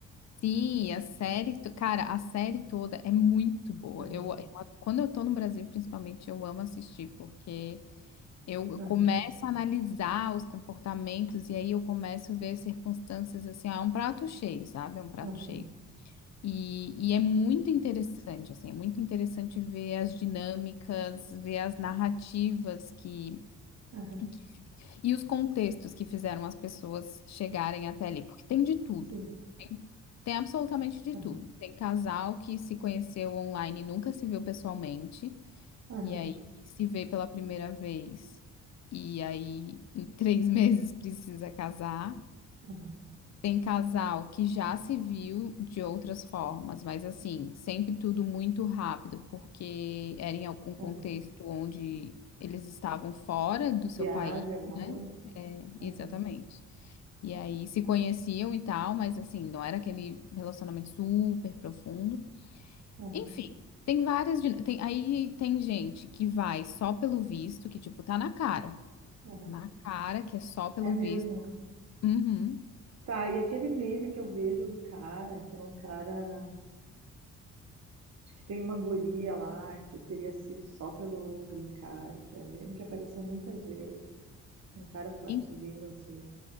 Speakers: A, on the left; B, on the right.
A: sim, a série, to- cara, a série toda é muito boa.
B: Aham,
A: Eu, eu- quando eu tô no Brasil, principalmente, eu amo assistir porque Eu eu
B: aham,
A: começo a analisar os comportamentos e aí eu começo a ver as circunstâncias assim, ó, é um prato cheio, sabe? É um prato
B: aham,
A: cheio. E, e é muito interessante, assim, é muito interessante ver as dinâmicas, ver as narrativas que,
B: aham.
A: que e os contextos que fizeram as pessoas chegarem até ali, porque tem de tudo.
B: Sim.
A: Tem absolutamente de
B: aham,
A: tudo. Tem casal que se conheceu online e nunca se viu pessoalmente.
B: aham,
A: E aí se vê pela primeira vez. E aí em três <laughs> meses precisa casar.
B: aham,
A: Tem casal que já se viu de outras formas, mas assim, sempre tudo muito rápido, porque era em algum contexto
B: aham.
A: onde eles estavam fora do seu
B: Viagem,
A: país,
B: alguma
A: né?
B: coisa?
A: É,
B: É.
A: exatamente. E aí se conheciam e tal, mas assim, não era aquele relacionamento super profundo.
B: aham.
A: Enfim, tem várias. din- Tem, aí tem gente que vai só pelo visto, que, tipo, tá na cara.
B: Aham,
A: Na cara, que é só pelo
B: É mesmo.
A: visto. Uhum.
B: Tá, e aquele meme que eu vejo do cara, que é um cara de que tem uma guria lá, que teria sido só pelo green card, é um meme que apareceu muitas vezes. Um cara fortezinho,
A: E-
B: assim,